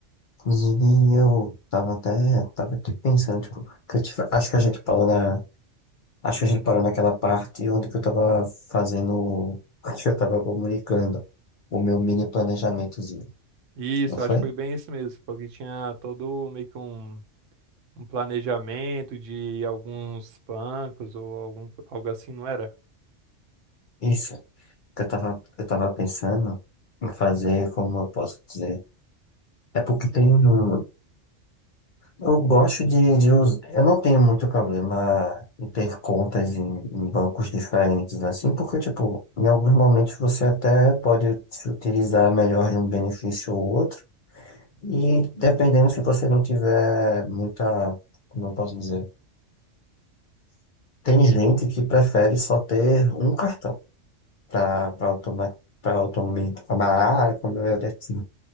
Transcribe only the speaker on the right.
Isso,
acho que foi bem isso mesmo, porque tinha todo meio que um, um planejamento de alguns bancos ou algum, algo assim, não era?